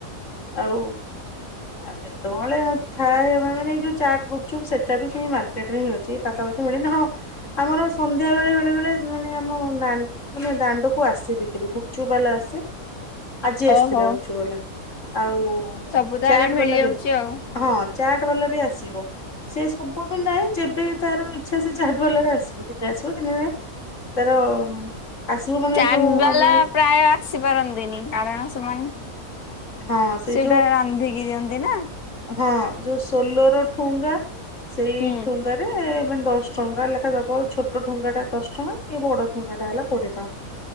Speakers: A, on the left; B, on the left.
A: ଆଉ ଆ ଯେତେବେଳେ ଥାଏ, ମାନେ ଏଇ ଯୋଉ ଚାଟ ଗୁ ଚୁପ୍ ସେଟା ବି ସେଇ ମାର୍କେଟରେ ହିଁ ଅଛି, ପାଖାପାଖି ମିଳେନି ହଁ। ଆମର ସନ୍ଧ୍ୟା ବେଳେ ବେଳେବେଳେ ଉ ମାନେ ଆମ <unintelligible> ଦାଣ୍ଡକୁ ଆସିବିକ୍ରି ଗୁପଚୁପବାଲା ଆସେ ଆଜି ଆସିଥିଲା
B: ଓହୋ
A: ଗୁପଚୁପବାଲା ଆଉ
B: ସବୁ ତାହେଲେ
A: ଚାଟ୍
B: ମିଳିଯାଉଛି
A: ବଲା ବି
B: ଆଉ।
A: ହଁ। ଚାଟ୍ ବାଲା ବି ଆସିବ, ସେ ସବୁ ବି ନାହିଁ ଯେବେ ତାର ଇଛା ସେ ଚାଟ୍ ବାଲାର ଆସିବ। ଦିନେ ଆସିବ ଦିନେ ନାଇଁ ତାର ଆସିବ ମାନେ
B: ଚାଟ
A: ଯୋଉ
B: ବାଲା
A: ଆମ
B: ପ୍ରାୟ ଆସି ପାରନ୍ତିନି କାରଣ ସେମାନେ
A: ହଁ ସେଇ
B: ସେଇଟା
A: ଯୋଉ
B: ରାନ୍ଧିକି ଦିଅନ୍ତି ନା।
A: ହଁ ଯୋଉ ସୋଲର ଠୁଙ୍ଗା ସେଇ
B: ହୁଁ
A: ଠୁଙ୍ଗାରେ ମାନେ ଦଶ ଟଙ୍କା ଲେଖା ଦବ ଆଉ ଛୋଟ ଠୁଙ୍ଗାଟା ଦଶ ଟଙ୍କା। ଏ ବଡଠୁଙ୍ଗାଟା ହେଲା କୋଡିଏ ଟଙ୍କା